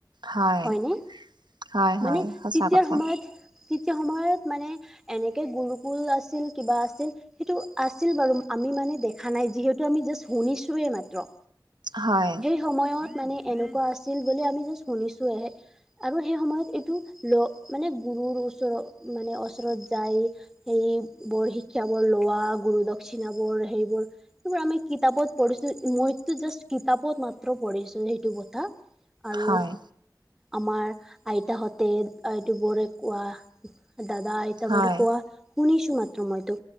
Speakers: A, on the right (about 80°); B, in the centre.
A: হয়
B: হয়নে?
A: হয়
B: মানে
A: হয় সঁচা
B: তেতিয়াৰ
A: কথা
B: সময়ত, তেতিয়াৰ সময়ত মানে- এনেকে গুৰুকুল আছিল, কিবা আছিল। সেইটো আছিল বাৰু। আমি মানে দেখা নাই যিহেতু, আমি জাষ্ট শুনিছোঁহে মাত্ৰ।
A: হয়।
B: এসময়ত মানে এনেকুৱা আছিল বুলি আমি জাষ্ট শুনিছোঁহে। আৰু সেই সময়ত এইটো, ল মানে গুৰুৰ ওচৰত মানে ওচৰত যায়। সেই বৰ শিক্ষাবোৰ লোৱা, গুৰু দক্ষিণাবোৰ সেইবোৰ। সেইবোৰ আমি কিতাপত পঢ়িছোঁ, মইতো জাষ্ট কিতাপত মাত্ৰ পঢ়িছোঁ সেইটো কথা। আৰু
A: হয়,
B: আমাৰ আইতাহঁতে, আইতাবোৰে কোৱা। দাদা, আইতাবোৰে
A: হয়,
B: কোৱা শুনিছোঁ মাত্ৰ, মইতো